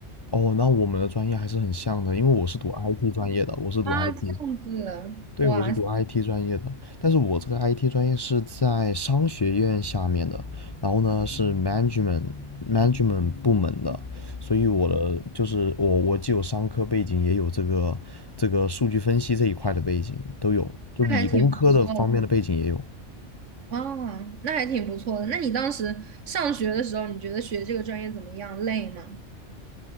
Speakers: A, on the left; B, on the right.
A: 哦，那我们的专业还是很像的，因为我是读 IT 专业的，我是读
B: 啊，
A: IT，
B: 这样子，
A: 对，
B: 哇，
A: 我是读 IT 专业的，但是我这个 IT 专业是在商学院下面的，然后呢是 management management 部门的，所以我的就是我我既有商科背景，也有这个这个数据分析这一块的背景都有，就理工科的方面的背景也有。
B: 那还挺不错的啊，那还挺不错的。那你当时上学的时候，你觉得学这个专业怎么样？累吗？